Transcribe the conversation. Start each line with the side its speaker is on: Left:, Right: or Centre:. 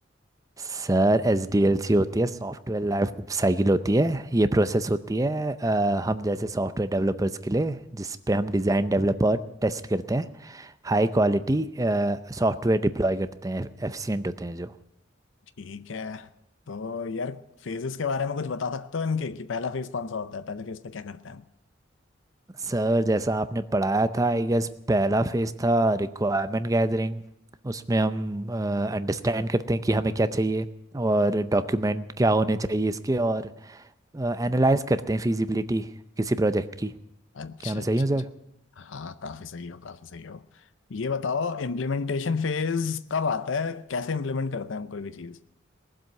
Right: Sir S D L C होती है सॉफ्टवेयर लाइफ साइकिल होती है ये प्रोसेस होती है अ, हम जैसे सॉफ्टवेयर डेवलपर्स के लिए जिस पे हम डिज़ाइन डेवलप और टेस्ट करते हैं हाई क्वालिटी सॉफ्टवेयर डिप्लॉय करते हैं एफिशिएंट होते हैं जो
Left: ठीक है तो यार फेजेस के बारे में कुछ बता सकते हो इनके कि पहला फेज कौन सा होता है पहले फेज पे क्या करते हैं
Right: सर जैसा आपने पढ़ाया था आई गेस पहला फेज था रिक्वायरमेंट गैदरिंग उसमें हम अंडरस्टैंड करते हैं कि हमें क्या चाहिए और डॉक्यूमेंट क्या होने चाहिए इसके और एनालाइज करते हैं फिजिबिलिटी किसी प्रोजेक्ट की
Left: अच्छा
Right: क्या मैं
Left: अच्छा
Right: सही हूँ सर
Left: अच्छा हाँ काफी सही हो काफी सही हो ये बताओ इम्प्लीमेंटेशन फेज कब आता है कैसे इम्प्लीमेंट करते हैं हम कोई भी चीज